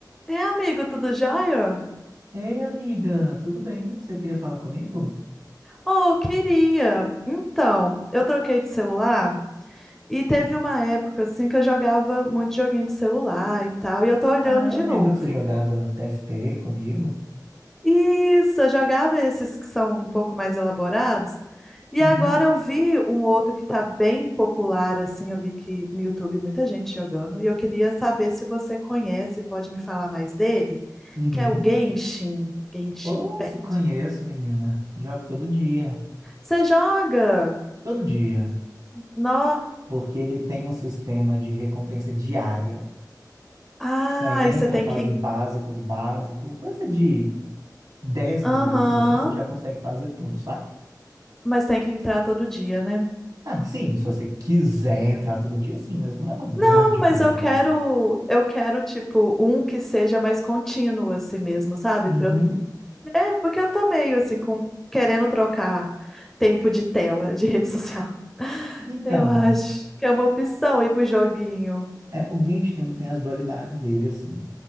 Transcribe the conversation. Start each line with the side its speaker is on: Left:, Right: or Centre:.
Centre: É, amigo, tudo jóia?
Right: Ei, amiga, tudo bem? Você queria falar comigo?
Centre: Oh, queria. Então, eu troquei de celular e teve uma época assim que eu jogava muito joguinho de celular e tal, e eu tô olhando
Right: Ah, eu
Centre: de
Right: lembro
Centre: novo.
Right: que você jogava TFT comigo.
Centre: Isso, eu jogava esses que são um pouco mais elaborados. E
Right: Uhum,
Centre: agora eu vi um outro que tá bem popular assim, eu vi que no YouTube muita gente jogando, e eu queria saber se você conhece, pode me falar mais dele,
Right: uhum.
Centre: que é o Genshin, Genshin
Right: Oh,
Centre: Impact.
Right: se conheço, menina. Jogo todo dia.
Centre: Você joga?
Right: Todo dia.
Centre: Nó.
Right: Porque ele tem um sistema de recompensa diária.
Centre: Ah,
Right: Você entra,
Centre: e você tem
Right: faz
Centre: que.
Right: o básico do básico, coisa de dez minutos,
Centre: Aham,
Right: assim, você já consegue fazer tudo, sabe?
Centre: mas tem que entrar todo dia, né?
Right: Ah, sim, se você quiser entrar todo dia, sim, mas não é uma grande
Centre: Não, mas
Right: perda.
Centre: eu quero, eu quero, tipo, um que seja mais contínuo assim mesmo, sabe?
Right: Uhum.
Centre: Pra eu... É, porque eu tô meio assim, com... querendo trocar tempo de tela, de rede social. <laughs>
Right: Então.
Centre: Eu acho que é uma opção ir pro joguinho.
Right: É, o Genshin tem, tem as dualidades dele, assim.